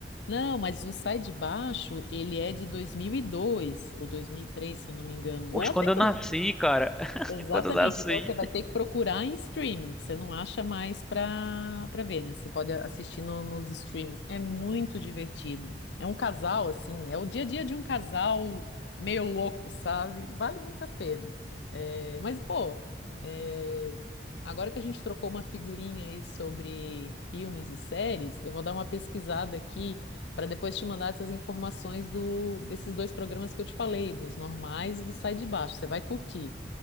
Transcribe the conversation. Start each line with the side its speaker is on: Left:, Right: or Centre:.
Left: Não, mas o Sai de Baixo, ele é de 2002 ou 2003, se eu não me engano, ou
Centre: Poxa,
Left: até
Centre: quando eu nasci,
Left: antes.
Centre: cara, <laughs>
Left: Exatamente.
Centre: quando eu nasci,
Left: Então você vai ter que procurar em streaming, que você não acha mais para para ver, né? Você pode assistir no- nos streamings. É muito divertido. É um casal, assim, é o dia a dia de um casal meio louco, sabe? Vale muito a pena. É, mas, pô, é, agora que a gente trocou uma figurinha aí sobre filmes e séries, eu vou dar uma pesquisada aqui para depois te mandar essas informações do, desses dois programas que eu te falei, dos normais e do Sai de Baixo. Você vai curtir.